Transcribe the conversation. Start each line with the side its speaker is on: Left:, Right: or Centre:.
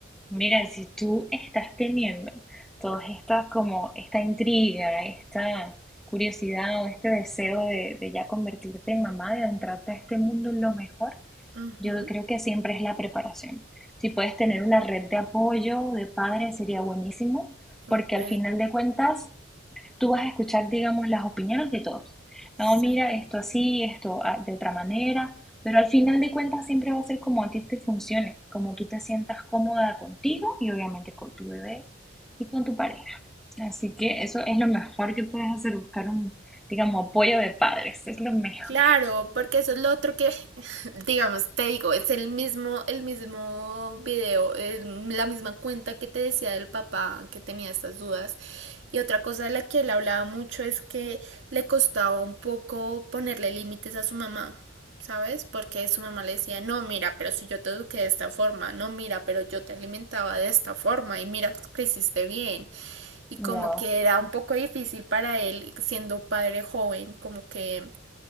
Centre: Mira, si tú estás teniendo todas estas como esta intriga, esta curiosidad o este deseo de, de ya convertirte en mamá, de adentrarte a este mundo en lo mejor,
Right: Uh -huh.
Centre: yo creo que siempre es la preparación. Si puedes tener una red de apoyo de padres sería buenísimo,
Right: Ok,
Centre: porque al final de cuentas tú vas a escuchar, digamos, las opiniones de todos.
Right: sí.
Centre: No, mira, esto así, esto ah, de otra manera, pero al final de cuentas siempre va a ser como a ti te funcione, como tú te sientas cómoda contigo y obviamente con tu bebé y con tu pareja. Así que eso es lo mejor que puedes hacer, buscar un, digamos, apoyo de padres, es lo mejor.
Right: Claro, porque eso es lo otro que, <laughs> digamos, te digo, es el mismo, el mismo video, eh, la misma cuenta que te decía del papá que tenía estas dudas. Y otra cosa de la que él hablaba mucho es que le costaba un poco ponerle límites a su mamá, ¿sabes? Porque su mamá le decía, no, mira, pero si yo te eduqué de esta forma, no, mira, pero yo te alimentaba de esta forma y mira, creciste bien. Y como
Centre: Wow.
Right: que era un poco difícil para él, siendo padre joven, como que